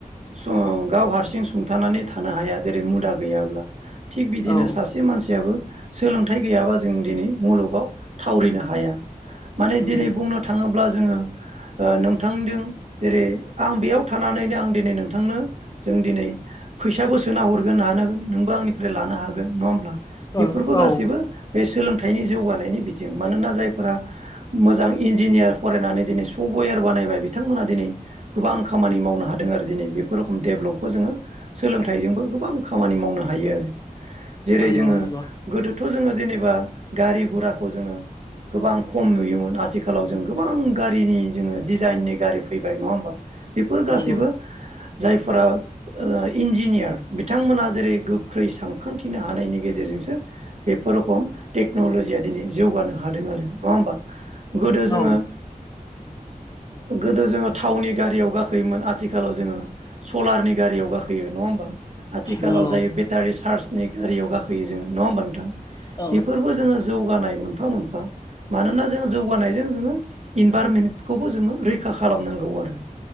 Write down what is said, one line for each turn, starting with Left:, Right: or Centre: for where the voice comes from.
Right: स गाव हारसिं सुंथानानै थानो हाया जेरै मुदा गैयाब्ला थिग बिदिनो
Left: औ
Right: सासे मानसियाबो सोलोंथाइ गैयाबा जों दिनै मुलुगाव थावरिनो हाया माने
Left: नंगौ
Right: दिनै बुंनो थाङोब्ला जोंङो नोंथांजों जेरै आं बेयाव थानानैनो आं दिनै नोंथांनो जों दिनै फैसाबो सोना हरगोन हानांगोन नोंबो आंनिफ्राय लानो हागोन नङा होमब्ला
Left: औ
Right: बेफोरबो
Left: औ
Right: गासैबो बे सोलोंथाइनि जौगानायनि बिथिं मानोना जायफोरा मोजां इन्जिनियार फरायनानै दिनै सब वेर बानायबाय बिथांमोना दिनै गोबां खामानि मावनो हादों आरो दिनै बेफोर देभेलपखौ जोंङो सोलोंथाइजोंबो गोबां खामानि मावनो हायो आरो जेरै
Left: नंगौ
Right: जोंङो
Left: नंगौ
Right: गोदोथ' जोंङो जेने बा गारि गुराखौ जोंङो गोबां खम नुयोमोन आथिखालाव जों गोबां गारिनि जोंङो डिजाइननि गारि फैबाय नङा होमबा बेफोर गासैबो
Left: नंगौ
Right: जायफोरा ओ इन्जिनियार बिथांमोना जेरै गोख्रै सानखांथिनो हानायनि गेजेरजोंसो बेफोर रखम टेक्न'ल'जिया दिनै जौगानो हादों आरो नङा होमबा गोदो
Left: औ
Right: जोङो गोदो जोंङो थावनि गारियाव गाखोयोमोन आथिखालाव जोंङो सलारनि गारियाव गाखोयो नंङा हा आथिखालाव
Left: नंगौ
Right: जायो बेटारि चार्जनि गारियाव गाखोयो जोंङो नङा होमबा नोंथां
Left: औ
Right: बेफोरबो जोंङो जौगानाय मोनफा मोनफा मानोना जोंङो जौगानायजों जोंङो इनभारमेन्टखौबो जोंङो रैखा खालामनांगौ आरो।